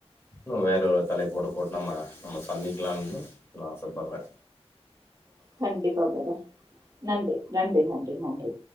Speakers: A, on the left; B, on the right.
A: இன்னும் வேற ஒரு தலைப்போட போட்டு நம்ம நம்ம சந்திக்கலான்னு நா ஆசைப்பட்றே
B: கண்டிப்பா பிரதர் நன்றி நன்றி நன்றி நன்றி